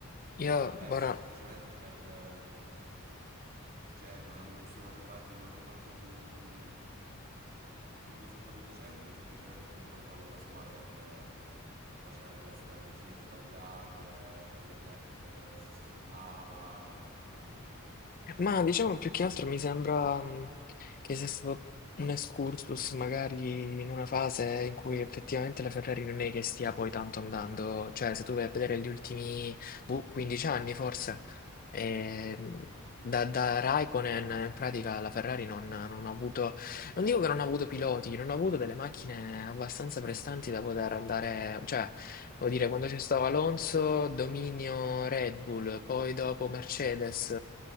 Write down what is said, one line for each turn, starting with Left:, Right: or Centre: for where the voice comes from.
Left: io
Right: Hanno perso
Left: ora
Right: semplicemente per... ehm, cioè, non, han- non sono arrivati, non hanno fatto un, un risultato decente semplicemente per colpa della squadra che faceva delle strategie sbagliate, Leclerc eh, si schiantava e quindi...
Left: Ma diciamo più che altro mi sembra mh, che sia stato un excursus magari in una fase in cui effettivamente la Ferrari non è che stia poi tanto andando, cioè se tu vai a vedere gli ultimi boh, 15 anni forse, ehm, da, da Raikkonen in pratica la Ferrari non, non ha avuto, non dico che non ha avuto piloti, non ha avuto delle macchine abbastanza prestanti da poter andare, cioè Vuol dire, quando c'è stato Alonso, dominio Red Bull, poi dopo Mercedes.